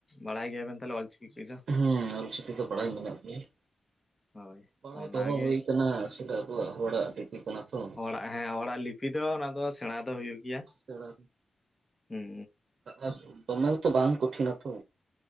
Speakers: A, on the left (about 20°); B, on the right (about 80°).
A: ᱵᱟᱲᱟᱭ ᱜᱮᱭᱟ ᱵᱤᱱ ᱛᱟᱦᱞᱮ ᱚᱞ ᱪᱤᱠᱤ ᱠᱚᱫᱚ?
B: ᱦᱩᱸ ᱚᱞᱪᱤᱠᱤ ᱫᱚ ᱵᱟᱲᱟᱭ ᱢᱮᱱᱟᱜ ᱜᱮᱭᱟ
A: ᱦᱳᱭ
B: ᱵᱟᱲᱟᱭ
A: ᱚᱱᱟᱜᱮ
B: ᱫᱚ ᱦᱚ ᱦᱩᱭ ᱠᱟᱱᱟ <inaudible> ᱠᱚᱣᱟᱜ ᱦᱚᱲᱟᱜ ᱫᱤᱠ ᱞᱤᱯᱤ ᱠᱟᱱᱟ ᱛᱚ᱾
A: ᱦᱚᱲᱟᱜ ᱦᱮᱸ ᱦᱚᱲᱟᱜ ᱞᱤᱯᱤ ᱫᱚ ᱱᱚᱣᱟ ᱫᱚ ᱥᱮᱬᱟ ᱫᱚ ᱦᱩᱭᱩᱜ ᱜᱮᱭᱟ
B: ᱥᱮᱬᱟ
A: ᱦᱩᱸ᱾
B: ᱟᱨ ᱫᱚᱢᱮ ᱛᱚ ᱵᱟᱝ ᱠᱚᱴᱷᱤ ᱱᱟᱛᱚ